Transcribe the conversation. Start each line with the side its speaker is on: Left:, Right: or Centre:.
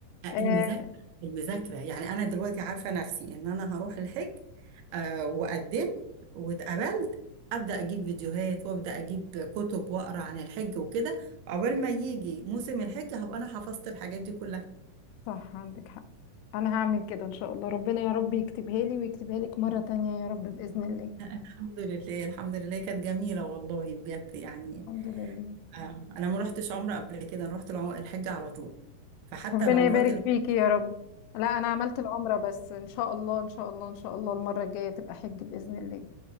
Left: آه
Right: المذاكرة المذاكرة يعني أنا دلوقتي عارفة نفسي إن أنا هروح الحج آه وقدمت واتقبلت أبدأ أجيب فيديوهات وأبدأ أجيب كتب وأقرأ عن الحج وكده عقبال ما يجي موسم الحج هبقى أنا حفظت الحاجات دي كلها
Left: صح عندك حق انا هعمل كده ان شاء الله ربنا يا رب يكتبها لي ويكتبها لك مرة تانية يا رب بإذن الله
Right: الحمد لله الحمد لله كانت جميلة والله بجد يعني
Left: الحمد لله
Right: آه أنا ما رحتش عمرة قبل كده أنا رحت العم- الحج على طول فحتى
Left: ربنا
Right: العمرات
Left: تمام يبارك فيكي يا رب لا انا عملت العمرة بس ان شاء الله ان شاء الله ان شاء الله المرة الجاية تبقى حج بإذن الله